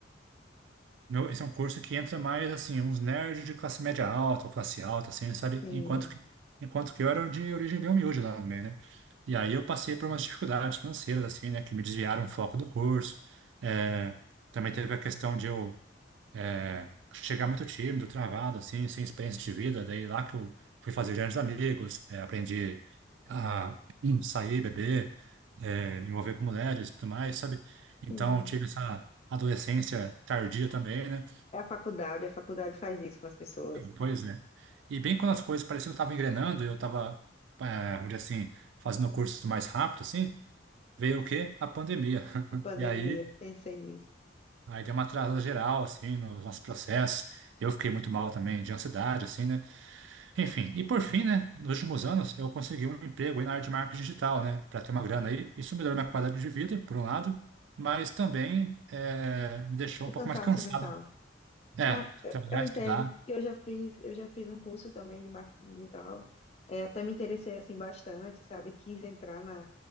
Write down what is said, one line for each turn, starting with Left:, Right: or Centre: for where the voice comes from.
Right: Meu, esse é um curso que entra mais, assim, uns nerds de classe média alta, ou classe alta, assim, sabe?
Left: Sim,
Right: Enquanto que, enquanto que eu era de origem bem humilde lá no meio, né? E aí eu passei por umas dificuldades financeiras, assim, né? Que me desviaram o foco do curso. É, também teve a questão de eu é, chegar muito tímido, travado, assim, sem experiência de vida. Daí lá que eu fui fazer grandes amigos, é, aprendi a hum, sair, beber, é, me envolver com mulheres e tudo mais, sabe? Então,
Left: sim.
Right: tive essa adolescência tardia também, né?
Left: É a faculdade, a faculdade faz isso com as pessoas.
Right: Pois é. E bem quando as coisas pareciam que estavam engrenando, eu estava, é, vamos dizer assim, fazendo o curso mais rápido, assim, veio o quê? A pandemia.
Left: A
Right: <laughs>
Left: pandemia,
Right: E aí,
Left: pensei nisso.
Right: aí deu uma atrasada geral, assim, nos nossos processos. Eu fiquei muito mal também, de ansiedade, assim, né? Enfim, e por fim, né, nos últimos anos, eu consegui um emprego aí na área de marketing digital, né, para ter uma grana aí. Isso melhorou minha qualidade de vida, por um lado, mas também é, me deixou
Left: O
Right: um pouco
Left: cansaço
Right: mais cansado.
Left: mental.
Right: É,
Left: Ah, eu,
Right: trabalhar,
Left: eu entendo.
Right: estudar.
Left: Eu já fiz, eu já fiz um curso também de marketing digital. É, até me interessei assim bastante, sabe? Quis entrar na,